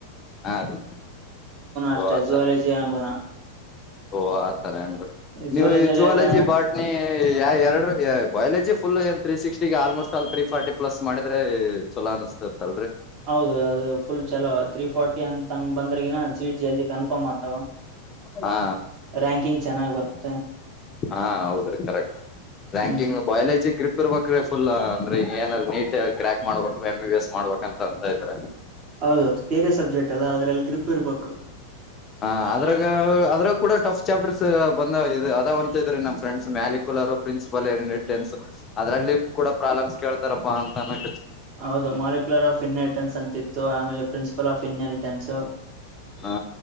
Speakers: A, on the left (about 25°); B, on the right (about 40°).
A: ಹಾ ರೀ
B: ಅಷ್ಟ
A: ಓ ಆತರ
B: ಜುುವಾಲಜಿ ಆಂಗುಣ
A: ಓ ಆಥರ ನ್ು ನೀವು
B: ಜುವಾಲಜಿಯಲ್ಲಿ
A: ಈ ಜುವಾಲಜಿ
B: ಎಲ್ಲ
A: ಬಟ್ನ ಎರಡು ಬಯಾಲಜಿ ಫುಲ್ ಏನ್ ತ್ರೀ ಸಿಕ್ಸ್ಟಿ ಆಲ್ಮೋಸ್ಟ್ ಅಲ್ ತ್ರೀ ಫಾರ್ಟಿ ಪ್ಲಸ್ ಮಾಡಿದ್ರೆ ಚಲೋ ಅ ಅಸ್ತತ್ ಅಲ್ರರಿ
B: ಹೌದು ಅದು ಫುಲ್ ಚಲೋ ತ್ರೀ ಫೋರ್ಟಿ ಅಂತಂಗ ಬಂದ್ರಗಿನ ಸೀಟ್ ಜಲ್ದಿ ಕನ್ಫರ್ಮ್ ಆತಾವ
A: ಹಾ
B: ರ್ಯಾಂಕಿಂಗ್ ಚೆನ್ನಾಗ್ ಬರುತ್ತೆ
A: ಹಾ ಹೌದ್ರೀ ಕರೆಕ್ಟ್ ರ್ಯಾಂಕಿಂಗ್
B: ಹ್ಮ್
A: ಬಯಾಲಜಿ ಗ್ರಿಪ್ ಇರ್ಬ್ರ ಫುಲ್ ಅಂದ್ರೆ ಏನಾದಾರ ನೀಟ್ ಕ್ರ್ಯಾಕ್ ಮಾಡ್ಬೇಕು ಎಮ್ ಬಿ ಬಿ ಎಸ್ ಮಾಡ್ಬೇಕ ಅಂತ ಅಂತತ್್ರ
B: ಹೌದು ಥಿಯರಿ ಸಬ್ಜೆಕ್ಟ್ ಅಲ್ಲ ಅದ್ರಲ್ಲಿ ಗ್ರಿಪ್ ಇರ್ಬೇಕು
A: ಹ ಅದ್ರಾಗ ಅದ್ರಾಗ ಕೂಡ ಟಫ್ ಚಾಪ್ಟರ್ಸ್ ಬಂದ ಇ ಅದ ಅಂತ ಇದ್ರೀ ನಮ್ ಫ್ರೆಂಡ್ಸ್ ಮ್ಯಾಲಿಕುಲರ್ ಪ್ರಿನ್ಸಿಪಲ್ ಏೆನ್ಸ್ ಅದರಲ್ಲಿ ಸ್ಪ್ ಕೂಡ ಪ್ರಾಬ್ಲಮಸ್ ಕೇಳ್ತಾರಪ್ಪಾ ಅಂತ ಅ
B: ಹೌದು ಮಾಲ್ಕ್ಯುಲರ್ ಆಫ್ ಇನ್ನರಿಟನ್ಸ್ ಅಂತಿತ್ತು ಆಮೇಲೆ ಪ್ರಿನ್ಸಿಪಲ್ ಆಫ್ ಇನ್ನರಿಟನ್ಸ್
A: ಹಾ